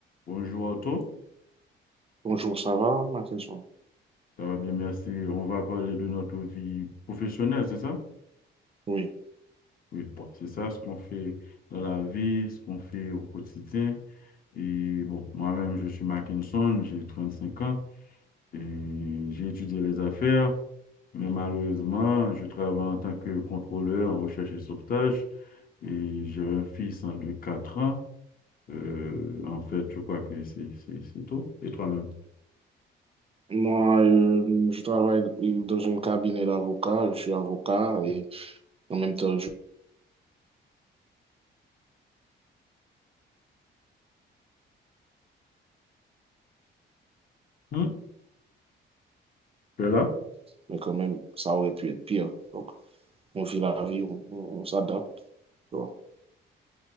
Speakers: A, on the left; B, on the right.
A: Bonjour Otto,
B: Bonjour, ça va, Martinson?
A: ça va bien, merci. On va parler de notre vie professionnelle, c'est ça?
B: Oui.
A: Oui, bon, c'est ça ce qu'on fait dans la vie, ce qu'on fait au quotidien. Et bon, moi-même, je suis Mackinson, j'ai 35 ans et j'ai étudié les affaires, mais malheureusement, je travaille en tant que contrôleur en recherche et sauvetage et j'ai un fils en de 4 ans. Euh, en fait, je crois que c'est c'est- c'est tout. Et toi-même?
B: Moi, euh, je travaille dans un cabinet d'avocats. Je suis avocat et en même temps, je...
A: Hmm? Tu es là?
B: mais quand même, ça aurait pu être pire. Donc, on vit la vie, on, on- on s'adapte. tu vois.